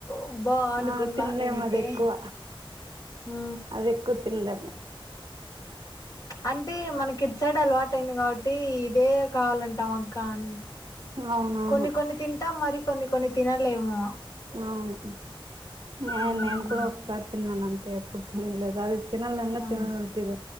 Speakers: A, on the left; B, on the right.
A: అబ్బ అనుకున్నా
B: ఆ తినలేము
A: నేనైతే
B: అది ఎక్కువ
A: హు
B: అది ఎక్కువ తిన్లేం
A: అంటే మనకి ఇటు సైడ్ అలవాటు అయింది కాబట్టి ఇదే కావాలంటాం అక్క అ
B: అవునవును
A: కొన్ని కొన్ని తింటాం మరి కొన్ని కొన్ని తినలేము
B: అవును నే
A: హ్మ్
B: నేను కూడా ఒకసారి తిన్నాను అంతే ఎప్పుడు తినిలేదు అది తినాలన్న
A: హ్మ్
B: తిన